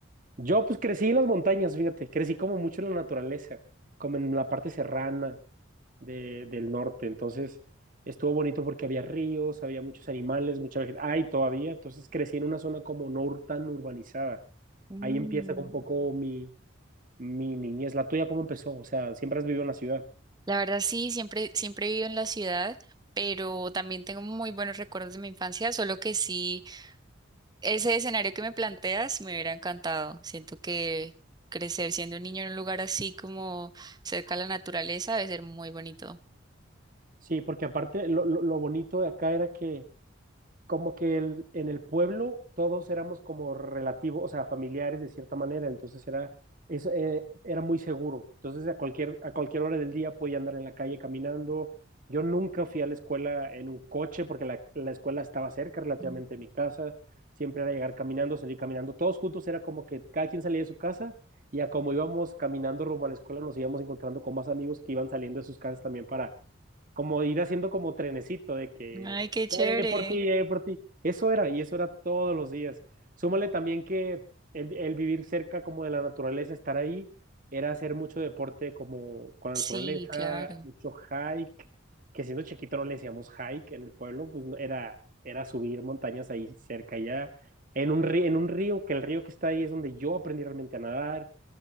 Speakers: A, on the right; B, on the right.
A: Yo pues crecí en las montañas, fíjate, crecí como mucho en la naturaleza, como en la parte serrana de- del norte. Entonces estuvo bonito porque había ríos, había muchos animales, mucha vegetación. Ay, todavía, entonces crecí en una zona como no ur- tan urbanizada.
B: Mm,
A: Ahí empieza un poco mi, mi niñez. ¿La tuya cómo empezó? O sea, ¿siempre has vivido en la ciudad?
B: La verdad sí, siempre, siempre he vivido en la ciudad, pero también tengo muy buenos recuerdos de mi infancia, solo que sí. Ese escenario que me planteas me hubiera encantado. Siento que crecer siendo un niño en un lugar así como cerca a la naturaleza debe ser muy bonito.
A: Sí, porque aparte lo, lo- lo bonito de acá era que como que el- en el pueblo todos éramos como relativos, o sea, familiares de cierta manera, entonces era, eso, eh, era muy seguro. Entonces a cualquier, a cualquier hora del día podía andar en la calle caminando. Yo nunca fui a la escuela en un coche porque la, la escuela estaba cerca relativamente
B: Mm.
A: de mi casa. Siempre era llegar caminando, salir caminando. Todos juntos era como que cada quien salía de su casa y a como íbamos caminando rumbo a la escuela nos íbamos encontrando con más amigos que iban saliendo de sus casas también para como ir haciendo como trenecito de que
B: Ay, qué chévere.
A: ya llegué por ti, ya llegué por ti. Eso era, y eso era todos los días. Súmale también que el, el vivir cerca como de la naturaleza, estar ahí, era hacer mucho deporte como con
B: Sí,
A: la naturaleza,
B: claro.
A: mucho hike, que siendo chiquito no le decíamos hike en el pueblo, pues no- era, era subir montañas ahí cerca, ya en un río, en un río, que el río que está ahí es donde yo aprendí realmente a nadar